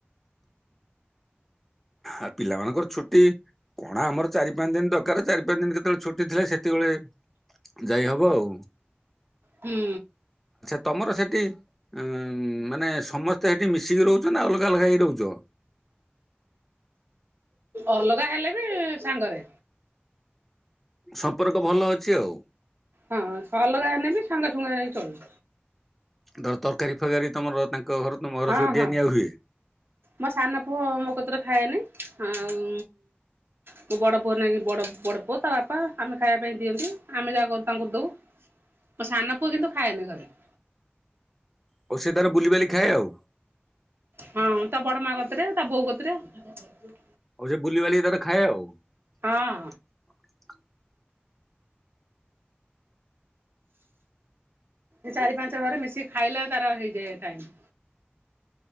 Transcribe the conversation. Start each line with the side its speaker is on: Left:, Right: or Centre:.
Centre: ଆ ପିଲାମାନଙ୍କର ଛୁଟି କଣା ଆମର ଚାରି ପାଞ୍ଚ ଦିନ ଦରକାର ଚାରି ପାଞ୍ଚ ଦିନ କେତେବେଳେ ଛୁଟି ଥିଲା ସେତେବେଳେ ଯାଇ ହବ ଆଉ।
Right: ହୁଁ।
Centre: ତୁମର ସେଠି ଉ ମାନେ ସମସ୍ତ। ତ ହେଠି ମିଶିକି ରହୁଛ ନା ଅଲଗା ଅଲଗା ହେଇ ରହୁଛ?
Right: ଅଲଗା ହେଲେ ରେ ସାଙ୍ଗରେ।
Centre: ସମ୍ପର୍କ ଭଲ ଅଛି ଆଉ।
Right: ହଁ ସ ଅଲଗା ହେନେବି ସାଙ୍ଗସୁୁଙ୍ଗା ହେଇ ଚଳୁ।
Centre: ଧର ତରକାରୀ ଫରକାରୀ ତମର ତାଙ୍କ ଘର ତମ ଘର
Right: ହଁ,
Centre: ସବୁ ଦିଆ
Right: ହଁ
Centre: ନିଆ ହୁଏ।
Right: ମୋ ସାନ ପୁଅ ମୋ କତିରେ ଖାଏନି । ଆଉଁ ମୋ ବଡ଼ ପୁଅ ନାଇକି, ବ ବଡ଼ ପୁଅ ତା ବାପା ଆମେ ଖାଇବା ପାଇଁ ଦିଅନ୍ତି, ଆମେ ଯାହା କରୁ ତାଙ୍କୁ ଦଉ, ମୋ ସାନ ପୁଅ କିନ୍ତୁ ଖାଏନି ଘରେ ।
Centre: ଆଉ ସେ ତାର ବୁଲିବାଲି ଖାଏ, ଆଉ ।
Right: ହଁ, ତା ବଡ ମାଁ କତିରେ, ତା ବୋଉ କତିରେ ।
Centre: ଆଉ ସେ ବୁଲିବାଲି ତାର ଖାଏ, ଆଉ ।
Right: ହଁ ଏ ଚାରି, ପାଞ୍ଚ ଘର ମିଶିକି ଖାଇଲେ ତାର ହେଇଯାଏ । ଟାଇମ।